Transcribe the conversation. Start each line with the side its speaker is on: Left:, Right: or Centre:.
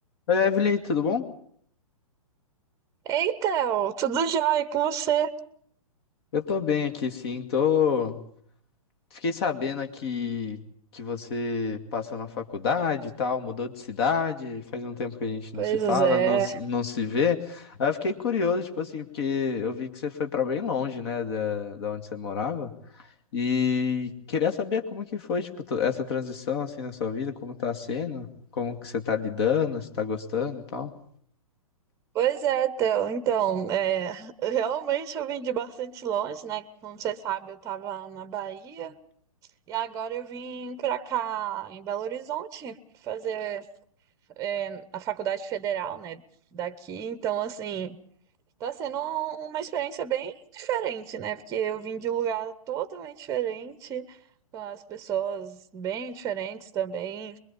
Left: Oi, Evelyn, tudo bom?
Right: Ei, Theo, tudo jóia e com você?
Left: Eu tô bem aqui, sim. Tô... Fiquei sabendo que, que você passou na faculdade e tal, mudou de cidade, faz um tempo que a gente
Right: Pois
Left: não se fala,
Right: é,
Left: não, se- não se vê. Aí eu fiquei curioso, tipo assim, porque eu vi que você foi pra bem longe, né, da, da onde você morava. E queria saber como que foi, tipo, to- essa transição, assim, na sua vida, como tá sendo, como que você tá lidando, se tá gostando e tal.
Right: pois é, Theo. Então, é, realmente eu vim de bastante longe, né? Como você sabe, eu tava na Bahia e agora eu vim pra cá, em Belo Horizonte, fazer é, a faculdade federal, né? Daqui. Então, assim, tá sendo um- uma experiência bem diferente, né? Porque eu vim de um lugar totalmente diferente, com as pessoas bem diferentes também.